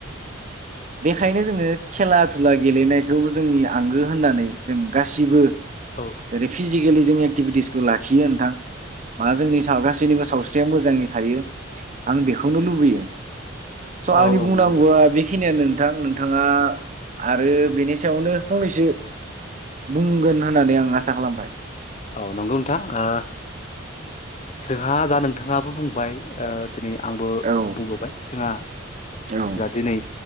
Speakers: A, on the right (about 40°); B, on the left (about 35°).
A: बेखायनो जोङो खेला दुला गेलेनाय जौ‌ जोंनि आंगो होननानै जों गासिबो जेरै
B: औ
A: फिजिकेलि जों एकटिभिटिसखौ लाखियो नोंथां मा जोंनि सा गासैनिबो सावस्रिया मोजाङै थायो आं बेख खौनो लुबैयो स'
B: औ
A: आंनि बुंनांगौआ
B: नंगौ नोंथां
A: बेखिनियानो थां नोंथाङा आरो बिनि सायावनो फंनैसो बुंगोन होननानै आं आसा खालामबाय
B: औ नंगौ नोंथां ओ जोंहा दा नोंथाङाबो बुंबाय ओ दोनै आंबो
A: औ
B: बुंबोबाय जोंहा
A: औ
B: जा दिनै